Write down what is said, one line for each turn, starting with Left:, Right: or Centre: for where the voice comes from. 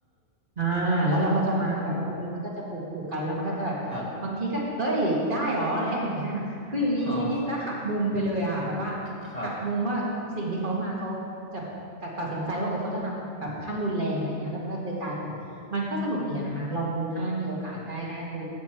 Right: อ่าแล้วเราก็จะมาแบบว่าดูแล้วมันก็จะปลูกปลูกกันแล้วมันก็จะแบบบางทีก็เอ้ยได้หรออะไรอย่างเงี้ยคืออยู่ดีๆซีรีส์มันก็หักมุมไปเลยอ่ะแบบว่า
Left: ครับอ๋อครับ
Right: หักมุมว่าสิ่งที่เขามาเขาจะตัดสินใจว่าเออเขาจะทำแบบขั้นรุนแรงอะไรเงี้ยแล้วมันก็เลยกลายเป็นมันก็สนุกดีอะนะคะลองดูถ้ามีโอกาสได้ได้ดู